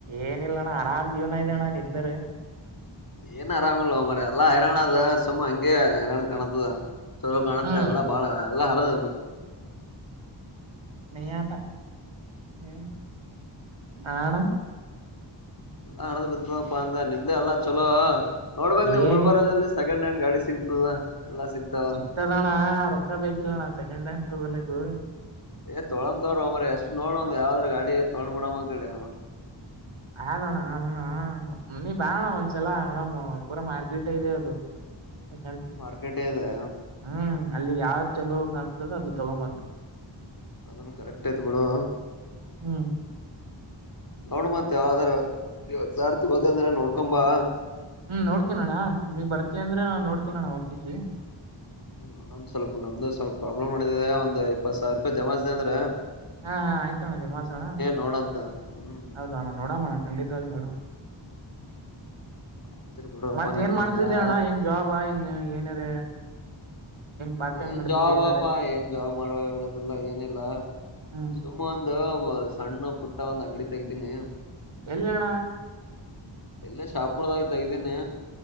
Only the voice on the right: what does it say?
ಏನಿಲ್ಲ ಅಣ್ಣ ಆರಾಮ್ ಜೀವ್ನ ಇದ್ಯ ಅಣ್ಣ ನಿಂದಾರ
ಹ್ಮ್
ನೀ ಆತ ಹ್ಮ ನಣ
ಏನಿ
ಸಿಗ್ತದಣ್ಣ ರೊಕ್ಕ ಬೇಕಿಲ್ಲಣ್ಣ ಸೆಕೆಂಡ್ ಹ್ಯಾಂಡ್ ತಗೋಲಕ್ಕು
ಆದಣ್ಣ ಆದಣ ನೀ ಬಾ ಅಣ್ಣ ಒಂದ್ಸೆಲ ನೋಡಕ್ ಹೋಗೋಣ ಪೂರಾ ಮಾಇದೆ ಅದು ಅ
ಹ್ಮ್ ಅಲ್ಲಿ ಯಾವ್ದ್
ಚಲೋ ಕಾಣತದ ಅದು ತುಗೊ ಮುಂದ
ಹ್ಮ್
ಹ್ಮ್ ನೋಡ್ತೀನ ಅಣ್ಣ ನೀವ್ ಬರ್ತೀ ಅಂದ್ರೆ ನಾ ನೋಡ್ತೀನಣ ಹೋಗ್ತವಿ
ಹಾ ಹ ಆಯ್ತ ಅಣ್ಣ ಜಮಾಾಸೋಣ್ಣ
ಹೌದ ಅಣ್ಣ ನೋಡಮ್ಮಣ ಖಂಡಿತವಾಗಿ ನೋಡೋಣ <inaudible>
ಮತ್ತ
ಏನ್ ಮಾಡ್ತಿದ್ದ
ಅಣ್ಣ ಏನ್ ಜಾಬ ಏನ್ ಏನಾರ ಪಾರ್ಟ್ ಟೈಮ್
ನಡ್ದಿದೆ
ಏನಾರ
ಹ್ಮ್
ಎಲ್ಲಣ್ಣ